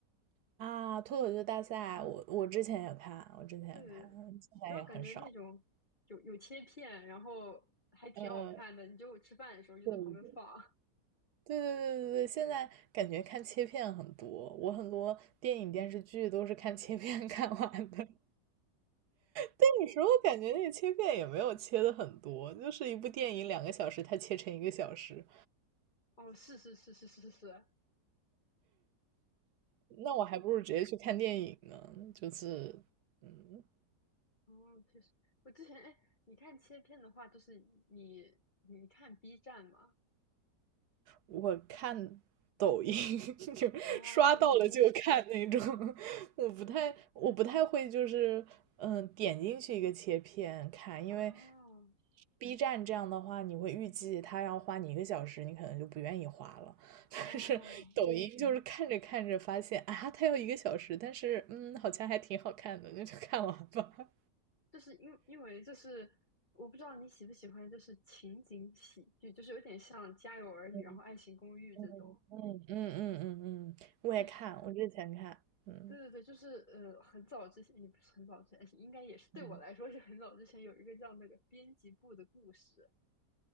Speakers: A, on the right (about 70°); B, on the left (about 35°).
A: 啊，脱口秀大赛，我我之前也看，我之前也看，
B: 对对对，
A: 现在也很少
B: 主要感觉那种有有切片，然后还挺好看的，
A: 嗯，
B: 你就吃饭的时候就在旁边放，
A: 对对对对对对，现在感觉看切片很多，我很多电影电视剧都是看切片 <laughs> 看完的，<laughs> 但有时候感觉那个切片也没有切的很多，就是一部电影两个小时，它切成一个小时，
B: 哦，是是是是是是，
A: 那我还不如直接去看电影呢，就是，嗯。
B: 哦，确实，我之前哎，你看切片的话，就是你你看 B 站吗？
A: 我看抖音 <laughs> 就刷到了就看那种，
B: 哦，
A: <laughs> 我不太我不太会就是嗯点进去一个切片看，
B: 哦
A: 因为 B 站这样的话，你会预计它要花你一个小时，你可能就不愿意花了。<laughs>
B: 哦，
A: 但是抖音就是看着看着发现啊，它要一个小时，但是嗯好像还挺好看的，那就看完吧。
B: 就是因因为就是我不知道你喜不喜欢，就是情景喜剧，就是有点像《家有儿女》然后《爱情公寓》这种，
A: <laughs> 嗯嗯嗯嗯嗯嗯，我也看，
B: 就是
A: 我之前看，嗯
B: 对对对，就是呃，很早之前也不是很早之前，应该也是对我来说是很早之前有一个叫那个编辑部的故事，
A: 嗯。